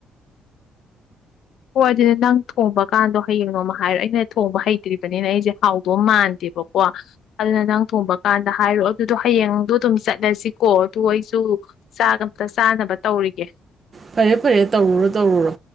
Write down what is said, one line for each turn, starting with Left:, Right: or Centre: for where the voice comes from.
Left: ꯍꯣꯏ ꯑꯗꯨꯗꯤ ꯅꯪ ꯊꯣꯡꯕꯀꯥꯟꯗꯣ ꯍꯌꯦꯡ ꯅꯣꯝ ꯍꯥꯏꯔꯣꯑꯣ ꯑꯩꯅ ꯊꯣꯡꯕ ꯍꯩꯇ꯭ꯔꯤꯕꯅꯤꯅ ꯑꯩꯁꯦ ꯍꯥꯎꯗꯧ ꯃꯥꯟꯗꯦꯕꯀꯣ ꯑꯗꯨꯅ ꯅꯪ ꯊꯣꯡꯕ ꯀꯥꯟꯗ ꯍꯥꯏꯔꯛꯑꯣ ꯑꯗꯨꯗꯣ ꯍꯌꯦꯡꯗꯣ ꯑꯗꯨꯝ ꯆꯠꯂꯁꯤꯀꯣ ꯑꯗꯨ ꯑꯩꯁꯨ ꯆꯥ ꯑꯝꯇ ꯆꯥꯅꯕ ꯇꯧꯔꯤꯒꯦ
Right: ꯐꯔꯦ ꯐꯔꯦ ꯇꯧꯔꯨꯔꯣ ꯇꯧꯔꯨꯔꯣ